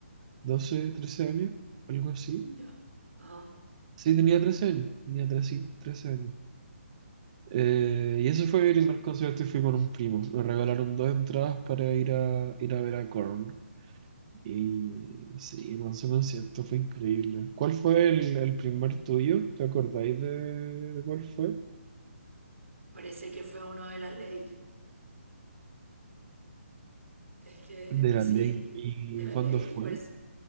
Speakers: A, on the right (about 30°); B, on the right (about 85°).
A: 12, 13 años, algo así.
B: Ya. Ajá.
A: Sí, tenía 13 años, tenía 13, 13 años. Eh, y ese fue mi primer concierto y fui con un primo. Me regalaron dos entradas para ir a, ir a ver a Korn. Y sí, man, ese concierto fue increíble. ¿Cuál fue el, el primer tuyo? ¿Te acordáis de, de cuál fue?
B: Parece que fue uno de la ley. Es que
A: De la
B: sí,
A: ley. ¿Y
B: de la
A: cuándo
B: ley.
A: fue?
B: Y parece,